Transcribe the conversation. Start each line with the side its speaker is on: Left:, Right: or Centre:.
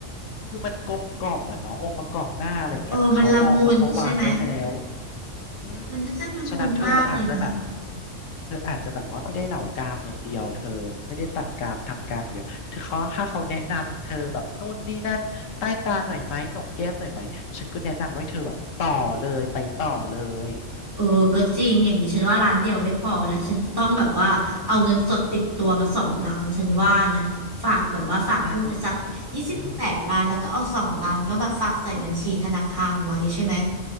Left: คือมันกลมกล่อมอะเนาะองค์ประกอบหน้าอะไรอย่างเงี้ยเหมือนเขามองแล้วเขาวางไว้แล้ว
Right: เออ มันละมุนใช่ไหม
Left: อืม
Right: มันน่าจะละมุนมากเลยนะ
Left: ฉะนั้นเธออาจจะแบบเธออาจจะแบบว่าไม่ได้เหล่ากามอย่างเดียวเธอไม่ได้ตัดกามทำกามอย่างเดียวเธอเขาถ้าเขาแนะนำเธอแบบนู่นนี่นั่นใต้ตาหน่อยไหมหนกแก้มหน่อยไหมฉันก็แนะนำว่าเธอแบบต่อเลยไปต่อเลย
Right: เออก็จริงอย่างนี้ฉันว่าร้านเดียวไม่พอแล้วฉันจะต้องแบบว่าเอาเงินสดติดตัวมาสองล้านฉันว่านะฝากแบบว่าฝากหุ้นไปสักยี่สิบแปดล้านแล้วก็เอาสองล้านก็แบบฝากใส่บัญชีธนาคารไว้ใช่ไหม
Left: ใช่จะอ่า